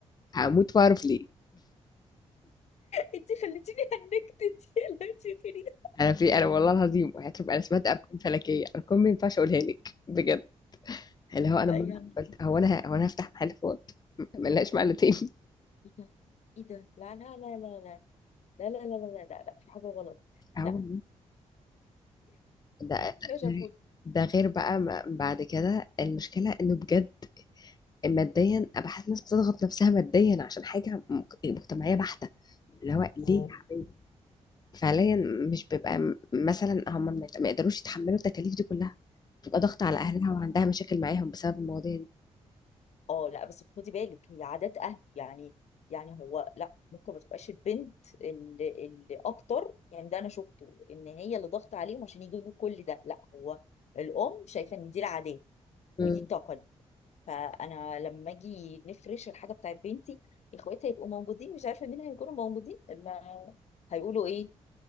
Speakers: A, on the left; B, on the left.
A: هموت واعرف ليه
B: انت خليتيني هنكت انت خليتيني <laughs> تقولي ده
A: انا في انا والله العظيم هتبقى انا سمعت ارقام فلكيه ارقام ما ينفعش اقولها لك بجد اللي هو انا
B: يا
A: مرة
B: نهار
A: قلت هو
B: أبيض.
A: انا هو انا هفتح محل فوت ملهاش معنى تاني
B: ايه ده ايه ده لا لا لا لا لا لا لا لا لا لا لا لا في حاجة غلط
A: <laughs> هو
B: لا
A: ده
B: ده شافوت
A: ده غير بقى ما بعد كده المشكله انه بجد ماديا أنا بحس الناس بتضغط نفسها ماديا عشان حاجه مك- مجتمعيه بحته اللي هو ليه
B: اه
A: يا حبيبي فعليا مش بيبقى م- مثلا هم ما ما يقدروش يتحملوا التكاليف دي كلها بتبقى ضغط على اهلها وعندها مشاكل معاهم بسبب المواضيع دي
B: آه، لا بس خدي بالك هي عادات اهل يعني يعني هو لا ممكن ما تبقاش البنت اللي, اللي اكتر يعني ده انا شفته ان هي اللي ضغط عليهم عشان يجيبوا كل ده لا هو الام شايفه ان دي العادات
A: امم
B: ودي التقاليد فانا لما اجي نفرش الحاجه بتاعت بنتي اخواتي هيبقوا موجودين مش عارفه مين هيكونوا موجودين ما هيقولوا ايه